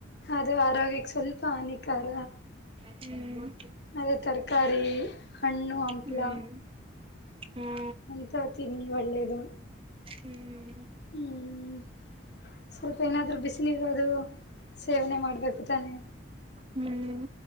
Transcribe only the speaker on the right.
ಹ್ಮ್
ಹ್ಮ್ ಹಾ
ಹ್ಮ್
ಹ್ಮ್